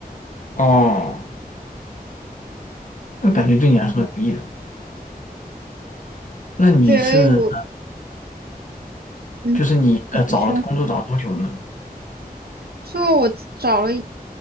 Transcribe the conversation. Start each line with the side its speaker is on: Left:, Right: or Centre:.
Left: 哦，那感觉对你来说容易的。
Right: 嗯，
Left: 那你是
Right: 对我，嗯，
Left: 就是你呃找了工作找了多久了呢？
Right: 你说，就我找了一